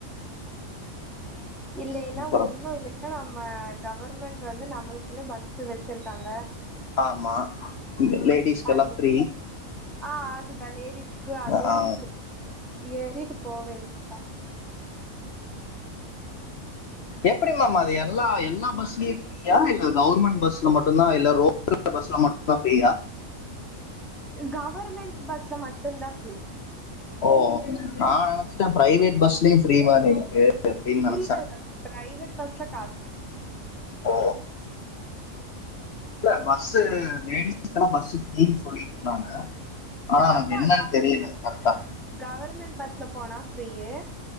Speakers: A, in the centre; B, on the left (about 55°).
A: இல்லைன்னா
B: சூப்பர்
A: ஒண்ணு இல்லன்னா கவர்மெண்ட் வந்து நம்ளுக்குன்னு பஸ்சு வச்சிருகாங்க
B: ஆமா லேடிஸ்க்கெல்லாம்
A: அது
B: ஃப்ரீ
A: ஆஹ் அதுதா லேடிஸ்க்கு அது
B: ஆ
A: ஃப்ரீ ஏறிட்டு போ வேண்டி தா
B: எப்டி மேம் அது எல்லா எல்லா பஸ்லே யான் இல்ல கௌவர்மெண்ட் பஸ்ல மட்டு தா இல்ல ரோ பஸ்ல மட்டு ஃப்ரியா
A: கவர்மெண்ட் பஸ்ல மட்டு்தா ஃப்ரீ
B: ஓ நா நெனச்சடன் பிரைவேட் பஸ்லயு ஃப்ரீவான இருக்கு அப்படின்னு நினைச்சேன்
A: இல்ல இல்ல பிரைவேட் பஸ்ல காசு
B: ஓ இல்ல பஸ்ஸ லேடிஸ்கெல்லா பஸ்ஸ ஃப்ரீனு சொல்ட்டு சொன்னாங்க ஆனா எனக்கு
A: அதா
B: என்னன்
A: கவர்
B: தெரில கரெக்டா
A: கவர்மெண்ட் பஸ்ல போனா ஃப்ரீயு